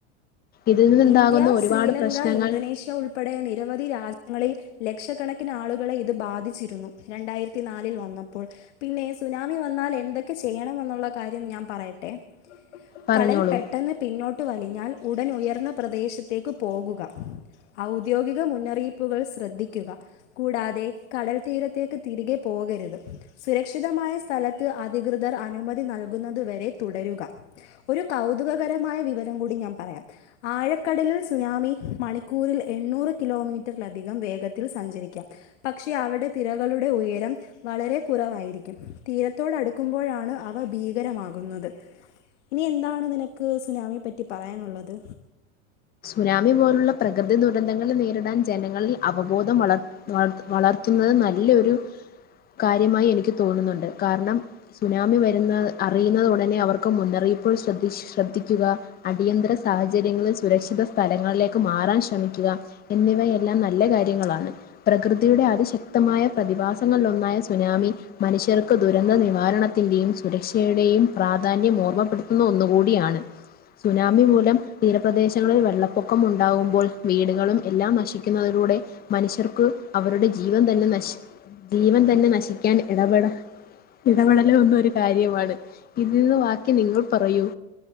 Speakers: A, on the left; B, on the left.
A: ഇതിൽ നിന്നുണ്ടാകുന്ന
B: ഇന്ത്യ
A: ഒരുപാട്
B: ശ്രീലങ്ക
A: പ്രശ്നങ്ങൾ
B: ഇന്തോനേഷ്യ ഉൾപ്പെടെ നിരവധി രാജ്യങ്ങളിൽ ലക്ഷക്കണക്കിന് ആളുകളെ ഇത് ബാധിച്ചിരുന്നു രണ്ടായിരത്തി നാലിൽ വന്നപ്പോൾ പിന്നെ സുനാമി വന്ന എന്നാൽ എന്തൊക്കെ ചെയ്യണം എന്നുള്ള കാര്യം ഞാൻ പറയട്ടെ
A: പറഞ്ഞോളൂ
B: കടൽ പെട്ടെന്ന് പിന്നോട്ട് വലിഞ്ഞാൽ ഉടൻ ഉയർന്ന പ്രദേശത്തേക്ക് പോകുക ഔദ്യോഗിക മുന്നറിയിപ്പുകൾ ശ്രദ്ധിക്കുക കൂടാതെ കടൽ തീരത്തേക്ക് തിരികെ പോകരുത് സുരക്ഷിതമായ സ്ഥലത്ത് അധികൃതർ അനുമതി നൽകുന്നത് വരെ തുടരുക ഒരു കൗതുകകരമായ വിവരം കൂടി ഞാൻ പറയാം ആഴക്കടലിൽ സുനാമി മണിക്കൂറിൽ എണ്ണൂറ് കിലോമീറ്ററിലധികം വേഗത്തിൽ സഞ്ചരിക്കാം പക്ഷെ അവവിടെ തിറകളുടെ ഉയരം വളരെ കുറവായിരിക്കും തീരത്തോട്ടുക്കുമ്പോഴാണ് അവ ഭീകരമാകുന്നത് ഇനി എന്താണ് നിനക്ക് സുനാമിയെ പറ്റി പറയാനുള്ളത്
A: സുനാമി പോലുള്ള പ്രകൃതി ദുരന്തങ്ങളൾ നേരിടാൻ ജനങ്ങളിൽ അവബോധം വളർത്തുന്നത് നല്ലൊരു കാര്യമായി എനിക്ക് തോന്നുന്നുണ്ട് കാരണം സുനാമി വരുന്ന അറിയുന്നത് ഉടനെ അവർക്ക് മുന്നറിയി ഇപ്പോൾ ശ ശ്രദ്ധിക്കുക അടിയന്തര സാഹചര്യങ്ങളിൽ സുരക്ഷ സ്ഥലങ്ങളിലേക്ക് മാറാൻ ശ്രമിക്കുക എന്നിവയെല്ലാം നല്ല കാര്യങ്ങളാണ് പ്രകൃതിയുടെ ശക്തമായ പ്രതിഭാസങ്ങളിലൊന്നായ സുനാമി മനുഷ്യർക്ക് ദുരന്ത നിവാരണത്തിന്റെയും സുരക്ഷ ടെയും പ്രാധാന്യം ഓർമ്മപ്പെടുത്തുന്ന ഒന്നുകൂടിയാണ് സുനാമി മൂലം തീരപ്രദേ ങ്ങളിൽ വെള്ളപ്പൊക്കം ഉണ്ടാകുമ്പോൾ വീടുകളും എല്ലാം നശിക്കുന്നതിലൂടെ മനുഷ്യർക്ക് അവരുടെ ജി ജീവൻ തന്നെ നശി ജീവൻ തന്നെ നശിക്കാൻ ഇടപെട ഇടപെടല് ഒന്ന് ഒരു കാര്യമാണ് ഇതിൽ നിന്ന് ബാക്കി നിങ്ങൾ പറയൂ